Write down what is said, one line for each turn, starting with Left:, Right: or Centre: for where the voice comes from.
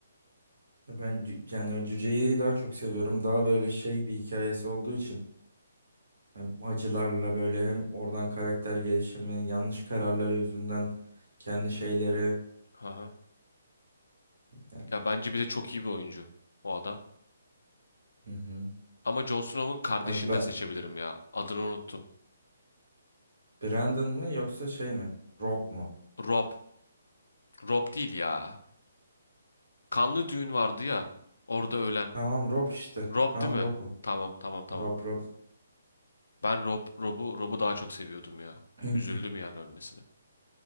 Right: Ben cü- yani o cüceyi daha çok seviyorum. Daha böyle şey bir hikayesi olduğu için. Hem acılarla böyle hem oradan karakter gelişimi, yanlış kararları yüzünden kendi şeyleri.
Left: Hı hı.
Right: Yani,
Left: Ya bence bir de çok iyi bir oyuncu o adam.
Right: Hı hı.
Left: Ama Jon Snow'un kardeşini
Right: Ha, Be-
Left: de seçebilirim ya. Adını unuttum.
Right: Brandon mı yoksa şey mi? Rob mu?
Left: Rob. Rob değil ya. Kanlı düğün vardı ya. Orada ölen.
Right: Tamam Rob işte.
Left: Rob
Right: Tamam
Left: değil mi?
Right: Rob o.
Left: Tamam tamam tamam.
Right: Rob Rob.
Left: Ben Rob, Rob'u Rob'u daha çok seviyordum ya.
Right: <clears throat>
Left: Üzüldüm yani ölmesine.